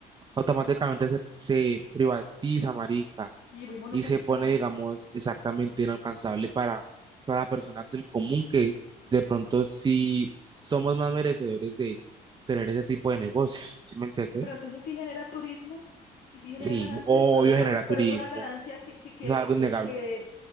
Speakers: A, on the right; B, on the left.
A: automáticamente se, se privatiza, marica,
B: y muy monopolizado.
A: y se pone, digamos, exactamente inalcanzable para, para personas del común que de pronto sí somos más merecedores de tener ese tipo de negocios, <laughs> ¿sí me entiendes?
B: Pero entonces sí genera turismo y sí genera
A: Sí,
B: ganancias,
A: mu- obvio
B: pero, no,
A: genera turismo,
B: pero es una ganancia que, que, que,
A: eso es algo innegable.
B: que, que-